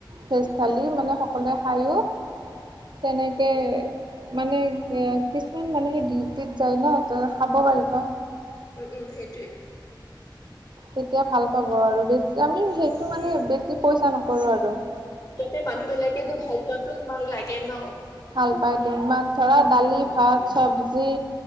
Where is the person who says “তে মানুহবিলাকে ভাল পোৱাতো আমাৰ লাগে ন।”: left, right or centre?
Left